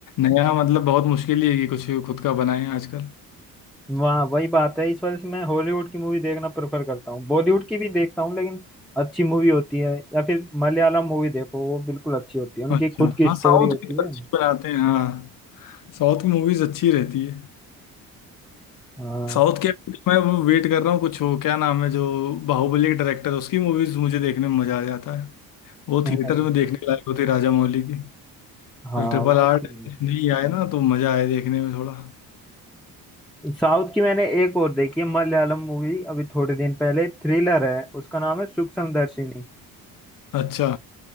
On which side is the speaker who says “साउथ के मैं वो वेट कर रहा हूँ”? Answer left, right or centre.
Left